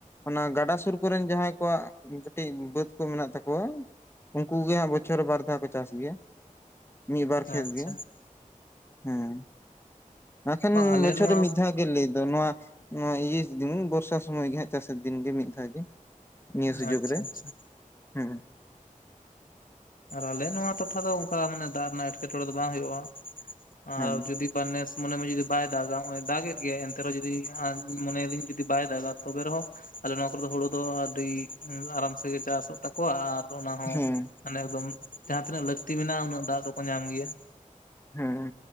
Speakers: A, on the left (about 15°); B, on the left (about 80°).
A: ᱚᱱᱟ ᱜᱟᱰᱟ ᱥᱩᱨ ᱠᱚᱨᱮᱱ ᱡᱟᱦᱟᱸᱭ ᱠᱚᱣᱟᱜ ᱠᱟᱹᱴᱤᱡ ᱵᱟᱹᱫ ᱠᱚ ᱢᱮᱱᱟᱜ ᱛᱟᱠᱚᱣᱟ᱾ ᱩᱱᱠᱩ ᱜᱮ ᱦᱟᱜ ᱵᱚᱪᱷᱚ ᱨᱮ ᱵᱟᱨ ᱫᱷᱟᱣ ᱠᱚ ᱪᱟᱥ ᱜᱮᱭᱟ᱾ ᱢᱤᱫ ᱵᱟᱨ ᱠᱷᱮᱛ
B: ᱟᱪᱪᱷᱟ
A: ᱜᱮ ᱦᱮᱸ ᱱᱟᱠᱷᱟᱱ
B: ᱵᱟᱝ ᱟᱞᱮ
A: ᱵᱚᱪᱷᱚᱨ
B: ᱱᱚᱣᱟ
A: ᱨᱮ ᱢᱤᱫ ᱫᱷᱟᱣ᱾ ᱜᱮ ᱞᱟᱹᱭ ᱫᱚ ᱱᱚᱣᱟ ᱱᱚᱣᱟ ᱤᱭᱟᱹ ᱥᱤᱡᱤᱱ ᱵᱚᱨᱥᱟ ᱥᱚᱢᱚᱭ ᱜᱮ ᱦᱟᱸᱜ ᱪᱟᱥ ᱫᱤᱱ ᱜᱮ ᱢᱤᱫ ᱫᱷᱟᱣ ᱜᱮ᱾ ᱱᱤᱭᱟᱹ ᱥᱩᱡᱳᱜ
B: ᱟᱪᱪᱷᱟ
A: ᱨᱮ
B: ᱟᱪᱪᱷᱟ
A: ᱦᱮᱸ᱾
B: ᱟᱨ ᱟᱞᱮ ᱱᱚᱣᱟ ᱴᱚᱴᱷᱟ ᱫᱚ ᱚᱱᱠᱟ ᱢᱟᱱᱮ ᱫᱟᱜ ᱨᱮᱱᱟᱜ ᱮᱴᱠᱮᱴᱚᱲᱮ ᱫᱚ ᱵᱟᱝ ᱦᱩᱭᱩᱜᱼᱟ᱾ ᱟᱨ
A: ᱦᱮᱸ
B: ᱡᱩᱫᱤ ᱵᱟ ᱱᱮᱥ ᱢᱚᱱᱮ ᱢᱮ ᱡᱩᱫᱤ ᱵᱟᱭ ᱫᱟᱜᱼᱟ ᱦᱚᱸᱜᱼᱚᱭ ᱫᱟᱜ ᱮᱫ ᱜᱮᱭᱟ ᱮᱱᱛᱮᱨᱮᱦᱚᱸ ᱡᱩᱫᱤ ᱟᱸᱜ ᱢᱚᱱᱮᱭ ᱮᱫᱤᱧ ᱡᱩᱫᱤ ᱵᱟᱭ ᱫᱟᱜᱟ ᱛᱚᱵᱮ ᱨᱮᱦᱚᱸ ᱟᱞᱮ ᱱᱚᱶᱟ ᱠᱚᱨᱮ ᱫᱚ ᱦᱩᱲᱩ ᱫᱚ ᱟᱹᱰᱤ ᱟᱨᱟᱢ ᱥᱮᱜᱮ ᱪᱟᱥᱚᱜ ᱛᱟᱠᱚᱣᱟ ᱟᱨ ᱚᱱᱟ ᱦᱚᱸ
A: ᱦᱮᱸ
B: ᱢᱟᱱᱮ ᱮᱠᱫᱚᱢ ᱡᱟᱦᱟᱸ ᱛᱤᱱᱟᱹᱜ ᱞᱟᱹᱠᱛᱤ ᱢᱮᱱᱟᱜᱼᱟ ᱩᱱᱟᱹᱜ ᱫᱟᱜ ᱫᱚᱠᱚ ᱧᱟᱢ ᱜᱮᱭᱟ᱾
A: ᱦᱩᱸ᱾